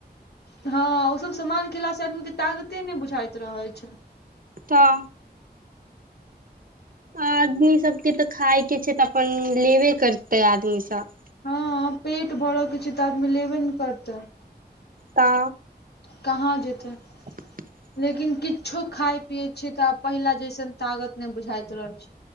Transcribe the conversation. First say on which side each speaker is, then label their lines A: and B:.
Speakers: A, on the left; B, on the right.
A: हँ, ओ सभ समामान खेला से आदमीके ताकते नहि बुझाइत रहै छै।
B: हा। आदमी सभके तऽ खायके छै, तऽ अपन लेबे करतै आदमी सभ।
A: हँ, पेट भरऽ के छै, तऽ आदमी लेबे ने करतै
B: है।
A: कहाँ जेतै।
B: <inaudible>
A: लेकिन किछो खाय पिये छै ते आब पहिला जैसन ताकत ने बुझाइत रहल छै।